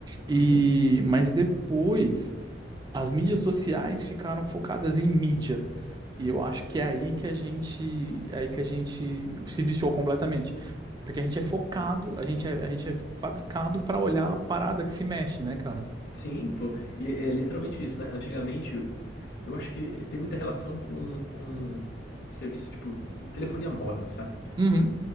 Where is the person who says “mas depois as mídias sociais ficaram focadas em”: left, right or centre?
Right